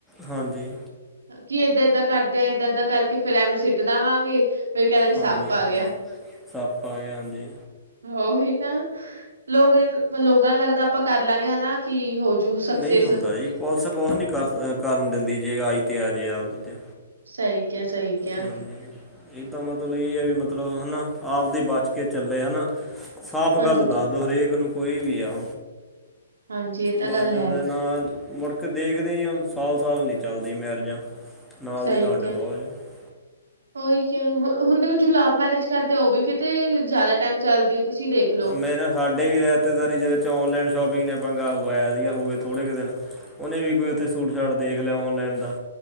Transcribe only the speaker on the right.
ਕੀ ਏਦਾਂ ਏਦਾਂ ਕਰਦੇ ਆ, ਏਦਾਂ ਏਦਾਂ ਕਰਕੇ ਫੇਰ ਐਵੇਂ ਸਿੱਟ ਦੇਵਾਂਗੇ। ਫਿਰ ਕਹਿੰਦਾ ਕਿ ਸੱਪ
ਆ ਗਿਆ।
ਉਹੀ ਤਾਂ, ਲੋਕ ਲੋੰਗਾ ਨੂੰ ਲੱਗਦਾ ਆਪਾਂ ਕਰ ਲਾਂਗੇ ਹਨਾ। ਕੀ ਹੋਜੂ। ਸਕਸੈਸ
ਸਹੀ ਕਿਆ, ਸਹੀ ਕਿਆ।
ਹਾਂਜੀ
ਹਾਂਜੀ ਇਹ ਤਾਂ
ਗੱਲ ਹੈ
ਸਹੀ
ਕਿਹਾ,
ਉਹੀ ਕ ਹੁੰਣ ਦੇ ਜੋ ਲਵ ਮੈਰਿਜ ਕਰਦੇ ਆ ਉਹ ਵੀ ਤੇ ਜਿਆਦਾ ਟਾਈਮ ਚੱਲਦੀ ਹੈ, ਤੁਸੀਂ ਦੇਖ ਲਓ